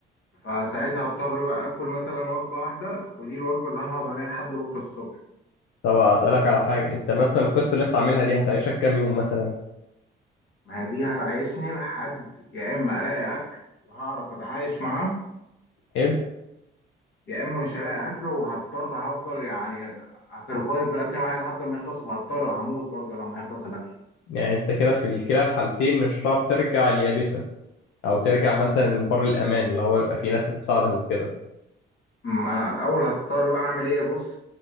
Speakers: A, on the left; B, on the left.
A: فساعتها اضطر بقى اكل مثلا وجبه واحده ودي الوجبه اللي انا هقعد عليها لحد بكره الصبح
B: طب اسالك على حاجه انت مثلا الخطه اللي انت عاملها دي هتعيشك كام يوم مثلا
A: ما هي دي هتعيشني لحد يا اما الاقي اكل وهعرف اتعايش معاه
B: حلو
A: يا اما مش هلاقي اكل وهضطر هفضل يعني هسرفايف بالاكل معايا لحد ما يخلص وهضطر هموت برضه لما يخلص الاكل
B: يعني انت كده في كلا الحالتين مش هتعرف ترجع اليابسه او ترجع مثلا بر الامان اللي هو يبقى في ناس بتساعدك وكده
A: ما انا الاول هضطر بقى اعمل ايه بص